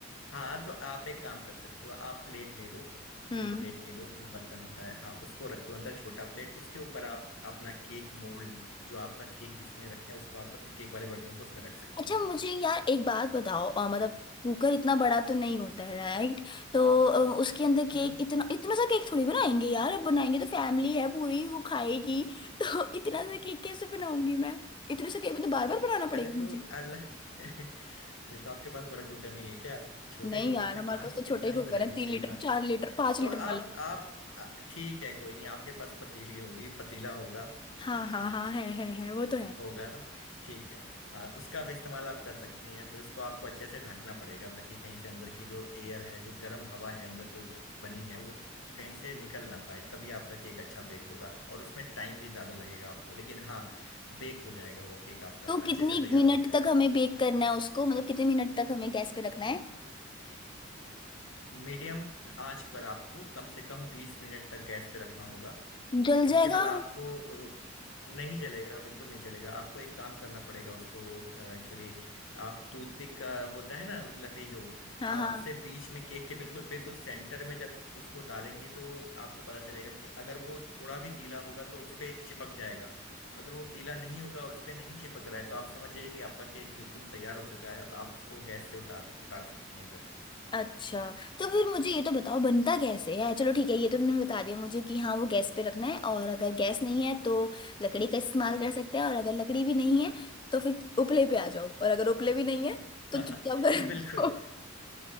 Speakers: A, on the left; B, on the left.
A: हाँ तो आप एक काम कर सकते हो आप प्लेट ले लो
B: हम्म
A: कोई प्लेट ले लो जो बर्तन होता है हाँ उसको रख दो अंदर छोटा प्लेट उसके ऊपर आप अपना केक मोल्ड जो आपका केक जिसमें रखे हैं उसको आप केक वाले बर्तन को उसमें रख सकती
B: अच्छा
A: हैं
B: मुझे यार एक बात बताओ अ, मतलब कुकर इतना बड़ा तो नहीं होता है राइट तो अ, उसके अंदर
A: हम्म
B: केक इतना इतना सा केक थोड़ी बनाएंगे यार अब बनाएंगे तो फैमिली है पूरी वो खाएगी तो <laughs> इतना सा केक कैसे बनाऊंगी मैं इतने से केक तो बार बार बनाना
A: अरे
B: पड़ेगा
A: तो
B: मुझे
A: अल्लाह <laughs> अरे तो आपके पास बड़ा कुकर नहीं है क्या छोटे
B: नहीं
A: कुकर
B: यार
A: में
B: हमारे
A: कहाँ
B: पास
A: से
B: तो
A: कितना
B: छोटा ही
A: ही
B: कुकर
A: बनाएंगे
B: है तीन
A: सही
B: लीटर
A: बात
B: चार
A: है
B: लीटर पांच
A: तो
B: लीटर वाला
A: आप आप आ, ठीक है कोई नहीं आपके पास पतीली होगी पतीला होगा
B: हाँ हाँ हाँ है है है वो तो है
A: होगा ना ठीक है हाँ उसका भी इस्तेमाल आप कर सकती हैं फिर उसको आपको अच्छे से ढकना पड़ेगा ताकि कहीं से अंदर की जो एयर है जो गर्म हवा है अंदर जो बनी है वो कहीं से निकल ना पाए तभी आपका केक अच्छा बेक होगा और उसमें टाइम भी ज्यादा लगेगा आपको लेकिन हाँ बेक हो जाएगा वो केक आपका
B: तो
A: अच्छे
B: कितनी
A: से तैयार
B: मिनट
A: हो जाएगा
B: तक हमें बेक करना है उसको मतलब कितने मिनट तक हमें गैस पे रखना है
A: मीडियम आंच पर आपको कम से कम बीस मिनट तक गैस पे रखना होगा
B: जल
A: उसके
B: जाएगा
A: बाद आपको अ, नहीं चलेगा बिल्कुल नहीं चलेगा आपको एक काम करना पड़ेगा उसको एक्चुअली आप टूथपिक का होता है ना उस लकड़ी जो
B: हाँ हाँ
A: आप उससे बीच में केक के बिल्कुल बिल्कुल सेंटर में जब उसको डालेंगे तो आपको पता चलेगा कि अगर वो थोड़ा भी गीला होगा तो उस पे चिपक जाएगा अगर वो गीला नहीं होगा और उस पे नहीं चिपक रहा है तो आप समझ जाइए कि आपका केक बिल्कुल तैयार हो चुका है और आप उसको गैस से उतार उतार सकती हैं फिर
B: अच्छा तो फिर मुझे ये तो बताओ बनता कैसे है चलो ठीक है ये तो तुमने बता दिया मुझे कि हाँ वो गैस पे रखना है और अगर गैस नहीं है तो लकड़ी का इस्तेमाल कर सकते हैं और अगर लकड़ी भी नहीं है तो फिर उपले पे आ जाओ और अगर उपले भी नहीं है तो
A: <laughs>
B: चुपचाप घर जाओ।
A: बिल्कुल